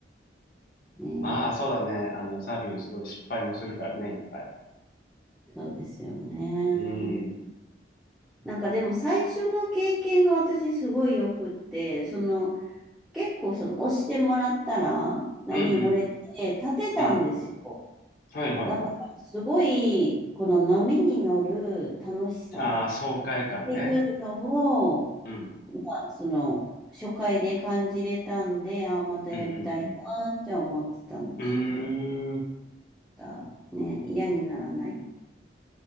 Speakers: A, in the centre; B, on the left.
A: ね
B: まあそうだね。あの、サーフィンすごい失敗もするからね、いっぱい。
A: え、そうですよね。
B: うん。
A: なんかでも最初の経験が私すごいよくって、その結構その押してもらったら波に乗れて立てたんですよ。
B: うんうん。うん。はいはいは
A: なんか、すごい、この波に乗る楽しさっ
B: い。ああ、爽快感ね。
A: ていうのを、
B: うん。
A: まあ、その、初回で感じれたんで、ああ、またやりたいなって思ってたんですけど、
B: うんうんうん。うーん。
A: またね、嫌にならない、